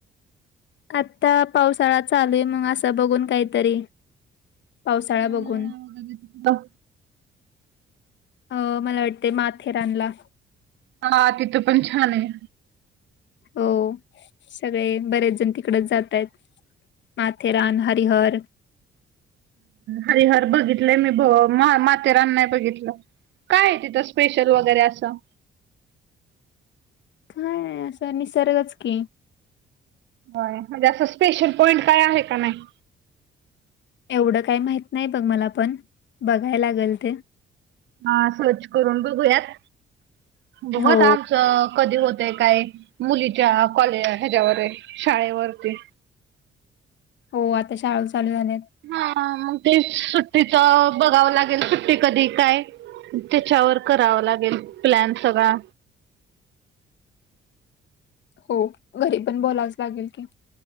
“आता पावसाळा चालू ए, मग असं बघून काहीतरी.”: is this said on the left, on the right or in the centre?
Left